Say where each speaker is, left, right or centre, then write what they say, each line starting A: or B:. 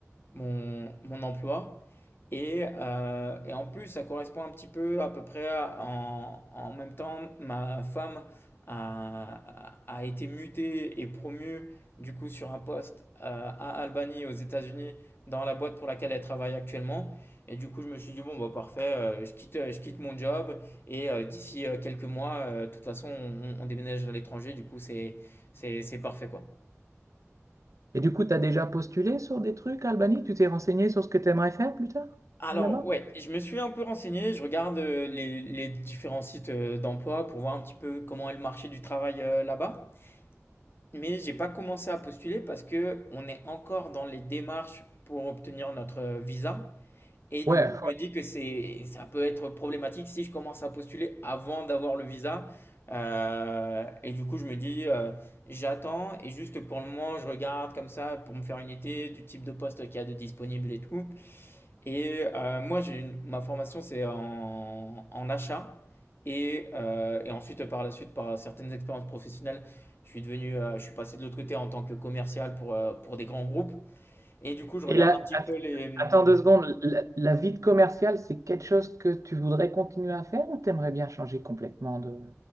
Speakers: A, on the left; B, on the right.
A: mon, mon emploi. Et, euh, et en plus, ça correspond un petit peu à peu près à- en, en même temps, ma femme a, a été mutée et promue du coup sur un poste euh, à Albany aux États-Unis dans la boîte pour laquelle elle travaille actuellement. Et du coup, je me suis dit, bon, bah parfait, euh, je quitte, je quitte mon job et euh, d'ici euh, quelques mois, euh, de toute façon, on, on déménage à l'étranger, du coup, c'est, c'est, c'est parfait quoi.
B: Et du coup, tu as déjà postulé sur des trucs, Albanie? Tu t'es renseigné sur ce que tu aimerais faire plus tard,
A: Alors,
B: là-bas?
A: ouais, je me suis un peu renseigné, je regarde euh, les, les différents sites euh, d'emploi pour voir un petit peu comment est le marché du travail euh, là-bas. Mais j'ai pas commencé à postuler parce que on est encore dans les démarches pour obtenir notre euh, visa. Et du
B: Ouais,
A: coup, je me dis que c'est, ça peut être problématique si je commence à postuler avant d'avoir le visa. Euh, et du coup, je me dis, euh, j'attends et juste pour le moment, je regarde comme ça pour me faire une idée du type de poste qu'il y a de disponible et tout. Et euh, moi, j'ai une- ma formation, c'est en, en achat. Et, euh, et ensuite, par la suite, par certaines expériences professionnelles, je suis devenu, euh, je suis passé de l'autre côté en tant que commercial pour, euh, pour des grands groupes. Et du coup, je regarde
B: Et là,
A: un petit
B: att-
A: peu les. hmm.
B: attends deux secondes, la, la vie de commercial, c'est quelque chose que tu voudrais continuer à faire ou t'aimerais bien changer complètement de...